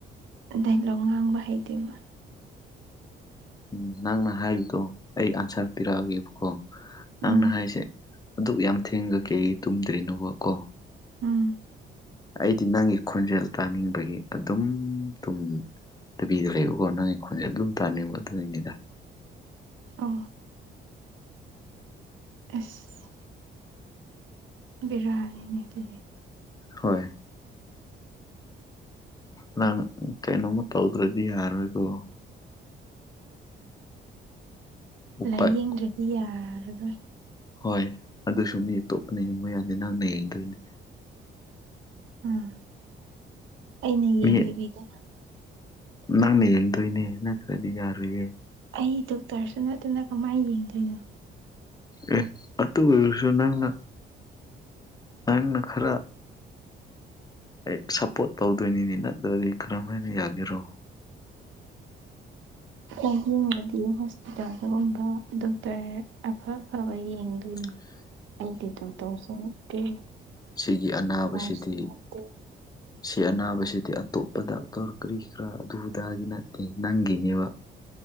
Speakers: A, on the right (about 75°); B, on the left (about 20°).
A: ꯗꯥꯏꯂꯣꯛꯉꯥꯡꯕ ꯍꯩꯇꯦꯕ
B: ꯎꯝ ꯅꯪꯅ ꯍꯥꯏꯕꯗꯣ ꯑꯩ ꯑꯟꯁꯥꯔ ꯄꯤꯔꯛꯑꯒꯦꯕꯀꯣ ꯅꯪꯅ
A: ꯎꯝ
B: ꯍꯥꯏꯁꯦ ꯑꯗꯨꯛ ꯌꯥꯝ ꯊꯦꯡꯒ ꯀꯩ ꯇꯨꯝꯗ꯭ꯔꯤꯅꯣꯕ ꯀꯣ
A: ꯎꯝ
B: ꯑꯩꯗꯤ ꯅꯪꯒꯤ ꯈꯣꯟꯖꯦꯜ ꯇꯥꯅꯤꯡꯕꯒꯤ ꯑꯗꯨꯝ ꯇꯨꯝ ꯅꯨꯕꯤꯗ ꯂꯩꯕꯀꯣ ꯅꯪ ꯑꯩ ꯈꯣꯟꯁꯦ ꯑꯗꯨꯝ ꯇꯥꯅꯤꯡꯕ ꯑꯗꯨꯏꯅꯤꯗ
A: ꯑ ꯑꯁ ꯕꯤꯔꯤꯅꯤꯅꯦ ꯑꯗꯨꯗꯤ
B: ꯍꯣꯏ ꯅꯪ ꯀꯩꯅꯣꯃ ꯇꯧꯗ꯭ꯔꯗꯤ ꯌꯥꯔꯣꯏꯀꯣ ꯎꯄꯥꯏ
A: ꯂꯥꯏꯌꯦꯡꯗ꯭ꯔꯗꯤ ꯌꯥꯔꯔꯣꯏ
B: ꯍꯣꯏ ꯑꯗꯨꯁꯨ ꯃꯤ ꯑꯇꯣꯞꯄꯅ ꯌꯦꯕ ꯌꯥꯗꯦ ꯅꯪꯅ ꯌꯦꯡꯗꯣꯏꯅꯤ
A: ꯎꯝ ꯑꯩꯅ ꯌꯦꯡꯗꯕꯤꯗ
B: ꯃꯤ ꯅꯪꯅ ꯌꯦꯡꯗꯣꯏꯅꯦ ꯅꯠꯇ꯭ꯔꯗꯤ ꯌꯥꯔꯨꯏꯌꯦ
A: ꯑꯩ ꯗꯣꯛꯇꯔꯁꯨ ꯅꯠꯇꯅ ꯀꯃꯥꯏꯅ ꯌꯦꯡꯗꯣꯏꯅꯣ
B: ꯑꯦ ꯑꯗꯨ ꯑꯣꯏꯔꯁꯨ ꯅꯪꯅ ꯅꯪꯅ ꯈꯔ ꯑꯩ ꯁꯞꯄꯣꯔꯠ ꯇꯧꯗꯣꯏꯅꯤꯅꯤꯅ ꯑꯗꯨꯗꯒꯤ ꯀꯔꯃꯥꯏꯅ ꯌꯥꯒꯦꯔꯣ
A: ꯑꯍꯤꯡꯕꯗꯤ ꯍꯣꯁꯄꯤꯇꯥꯜꯒꯨꯝꯕ ꯗꯣꯛꯇꯔ ꯑꯐ ꯑꯐꯕ ꯌꯦꯡꯗꯣꯏꯅꯦ
B: ꯍ
A: ꯑꯩꯗꯤ ꯗꯣꯛꯇꯔꯁꯨ ꯅꯠꯇꯦ
B: ꯁꯤꯒꯤ ꯑꯅꯥꯕꯁꯤꯗꯤ
A: ꯅꯥꯔꯁꯁꯨ ꯅꯠꯇꯦ
B: ꯁꯤ ꯑꯅꯥꯕꯁꯤꯗꯤ ꯑꯇꯣꯞꯄ ꯗꯇꯔ ꯀꯔꯤ ꯀꯔꯥ ꯑꯗꯨꯒꯤ ꯅꯠꯇꯦ ꯅꯪꯒꯤꯅꯦꯕ